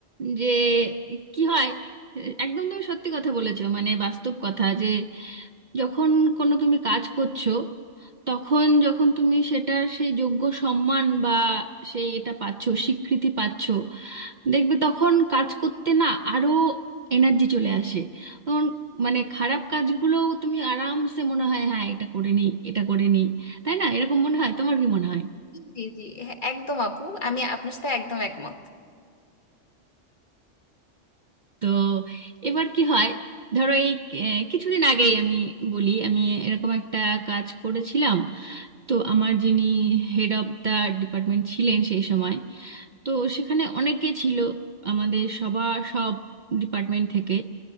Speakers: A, on the right (about 45°); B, on the left (about 40°).
A: যে কি হয় একদম তুমি সত্যি কথা বলেছো মানে বাস্তব কথা যে যখন কোনো তুমি কাজ করছো তখন যখন তুমি সেটার সেই যোগ্য সম্মান বা সেই এটা পাচ্ছো স্বীকৃতি পাচ্ছো দেখবে তখন কাজ করতে না আরো এনার্জি চলে আসে তখন মানে খারাপ কাজগুলোও তুমি আরামসে মনে হয় হ্যাঁ এটা করে নিই এটা করে নিই তাই না এরকম মনে হয় তোমার কি মনে হয়
B: জি জি জি হ্যাঁ, একদম আপু আমি আপনার সাথে একদম একমত
A: তো এবার কি হয় ধরো এই আহ, কিছুদিন আগেই আমি বলি আমি এরকম একটা কাজ করেছিলাম তো আমার যিনি হেড অফ দা ডিপার্টমেন্ট ছিলেন সেই সময় তো সেখানে অনেকে ছিল আমাদের সবার সব ডিপার্টমেন্ট থেকে